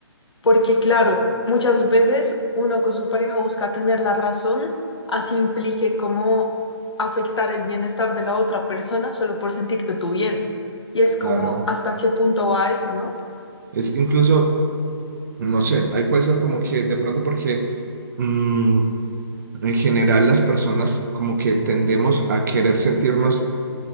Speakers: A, on the left; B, on the right.
A: porque claro, muchas veces uno con su pareja busca tener la razón, así implique cómo afectar el bienestar de la otra persona solo por sentirte tú bien. Y es como,
B: Claro.
A: ¿hasta qué punto va eso, no?
B: Es incluso, no sé, ahí puede ser como que de pronto porque... mm, En general, las personas como que tendemos a querer sentirnos